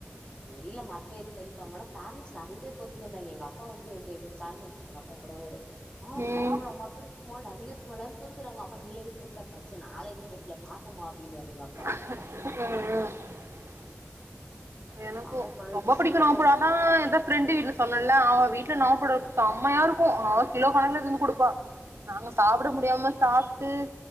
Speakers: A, on the left (about 20°); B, on the right (about 80°).
A: தெரில மரத்துல ஏறி பறிப்பாங்க ஆனா பேரண்ட்ஸ் நெறைய பேர் பொறுக்கினுருந்தாய்ங்க எங்கப்பா வந்து எங்க இங் ஜாயின் பண்ணரத் அப்பா கூடவாரு ஆஹ்
B: ம்
A: நாப்பழோ மர்த்துலருக்குமா நெறைய பூவலாருக் பொறுக்குறாங்க அப்பா நீ எதுக் புக்காரு பரிச்சனா நால எது பொறுக்கல பாத்தமா அப்டின்னு வாருயெங்கப்பா
B: <unintelligible> எனக்கு
A: செம பழம்
B: ரொம்ப
A: இப்ப சீசன்
B: புடிக்கு நாவப்பழோந்தா
A: வரும்.
B: எந்தப் ஃப்ரெண்டு வீட்டுல சொன்ன இல்ல அவன் வீட்ல நாவப்பழோ செம்மையா இருக்கு அவன் கிலோ கணக்கல எடுத்துட்டு வந்து குடுப்பா நாங்க சாப்ட முடியாம சாப்ட்டு